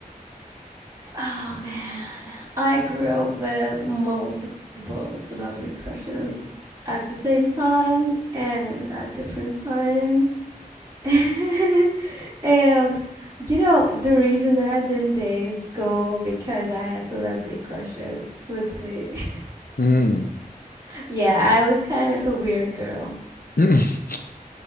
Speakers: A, on the right; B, on the left.
A: Oh man, I grew up with multiple celebrity crushes at the same time and at different times. <laughs> And you know, the reason that I didn't date in school because I had celebrity crushes with me. <laughs>
B: Mm. <laughs>
A: Yeah, I was kind of a weird girl.
B: <clears throat>